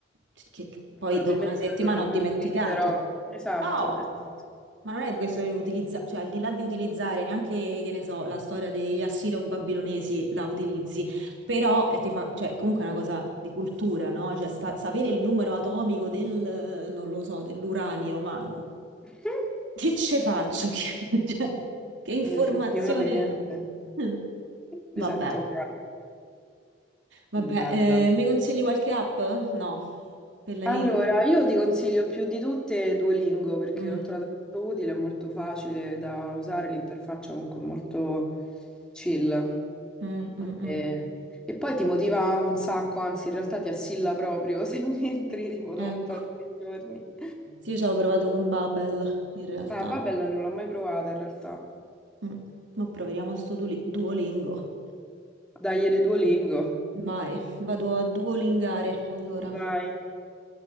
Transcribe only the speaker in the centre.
Probabilmente
non
riutilizzerò. Esatto,
esatto.
<laughs>
Effettivamente,
mi sento un calo.
Mannaggia.
Allora,
io ti consiglio più di tutte Duolingo perché
l'ho trovata molto utile, è molto facile da usare, l'interfaccia comunque è molto chill.
E, e poi ti motiva un sacco, anzi in realtà ti assilla proprio <laughs> se non entri tipo dopo
tanti giorni.
Ah, Babbel non l'ho mai provata in realtà.
Dai, le Duolingo.
Vai.